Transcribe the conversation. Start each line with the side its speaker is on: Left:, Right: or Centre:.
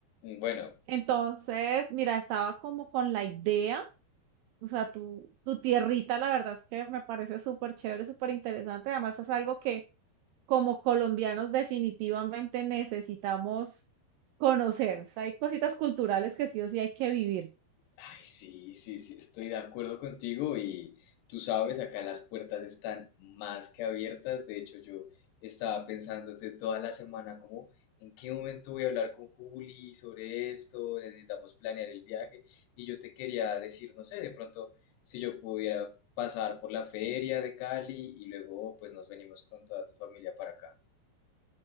Left: Bueno,
Right: Entonces, mira, estaba como con la idea, o sea, tu, tu tierrita, la verdad es que me parece súper chévere, súper interesante, además es algo que como colombianos definitivamente necesitamos conocer, o sea, hay cositas culturales que sí o sí hay que vivir.
Left: Ay, sí, sí, sí, estoy de acuerdo contigo y tú sabes, acá las puertas están más que abiertas. De hecho, yo estaba pensando de toda la semana como en qué momento voy a hablar con Juli sobre esto, necesitamos planear el viaje y yo te quería decir, no sé, de pronto si yo pudiera pasar por la feria de Cali y luego pues nos venimos con toda tu familia para acá.